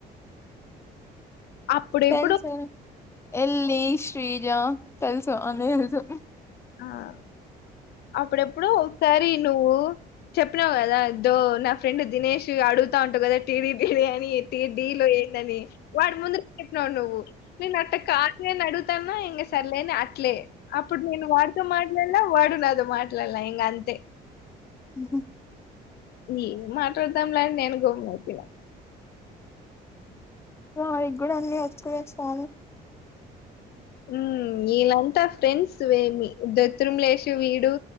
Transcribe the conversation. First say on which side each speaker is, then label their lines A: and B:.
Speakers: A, on the left; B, on the left.
A: అప్పుడెప్పుడు
B: తెల్సు ఎల్లి శ్రీజ తెల్సు అన్ని తెలుసు.
A: ఒకసా అప్పుడెప్పుడు ఒకసారి నువ్వు. చెప్పినావు కదా దో నా ఫ్రెండ్ దినేష్ అడుగుతా ఉంటావు కదా టీవి టీడి అని. డీలో ఏందని వాడు ముందు చెప్పినన్నాడు నువ్వు. నేను అట్ట కాదు నేని అడుగుతానా ఇంక సర్లేని అట్లే అప్పుడు నేను వాదు మాట్లలా వాడునదు మాట్లడలా హింగ అంతే
B: ఉహు
A: ఏం మాట్లాడతాంలా అని నేను గమ్ము అవుతనా
B: ఆవి కూడా అండి వచ్చకు వేస్తా
A: ఉ వీలాంతా ఫ్రెండ్స్ వేమి ద త్రిమ్లేష్ వీడు